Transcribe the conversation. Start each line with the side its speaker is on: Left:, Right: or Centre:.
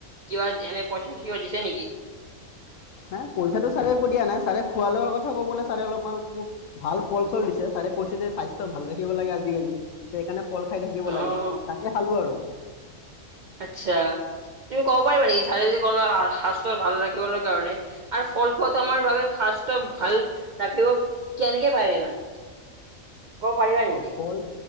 Right: কিবা এনে পঁইচা চইচা কিবা দিছে নেকি?
Left: হে পইচাটো ছাৰে একো দিয়া নাই, ছাৰে খোৱা লোৱাৰ কথা ক'বলে ছাৰে অলপমান মোক ভাল ফল চল দিছে, ছাৰে কৈছে যে স্বাস্থ্য ভাল ৰাখিব লাগে আজিকালি। সেইকাৰণে ফল খাই থাকিব
Right: অ
Left: লাগে তাকে খালো আৰু।
Right: আচ্ছা তুমি ক'ব পাৰিবা নেকি ছাৰে যে কল স্বাস্থ্য ভাল ৰাখিবলে কাৰণে আৰু ফল খোৱাতো আমাৰ বাবে স্বাস্থ্য ভাল ৰাখিব কেনেকে পাৰে মানে? ক'ব পাৰিবা নেকি?
Left: অ' কল